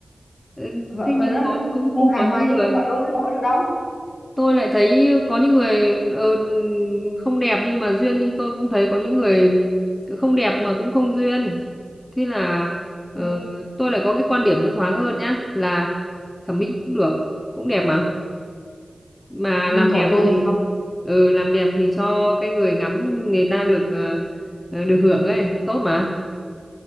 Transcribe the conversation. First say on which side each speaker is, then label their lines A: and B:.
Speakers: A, on the left (about 15°); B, on the left (about 50°).
A: ừ,
B: và,
A: Thế
B: và
A: nhưng
B: nó
A: có
B: nó cũng
A: cũng cũng có
B: hài hòa
A: những
B: chứ
A: người
B: cũng mặc đâu đến nỗi nào đâu
A: tôi lại thấy có những người ừ, không đẹp nhưng mà duyên nhưng tôi cũng thấy có những người không đẹp mà cũng không duyên. Thế là ờ,
B: ừ.
A: tôi lại có cái quan điểm nó thoáng hơn nhá là thẩm mỹ cũng được, cũng đẹp mà. mà
B: Ừ.
A: làm
B: còn
A: đẹp
B: tôi
A: thì
B: thì không
A: ừ làm đẹp thì cho cái người ngắm người ta được ờ, ờ, được hưởng ấy tốt mà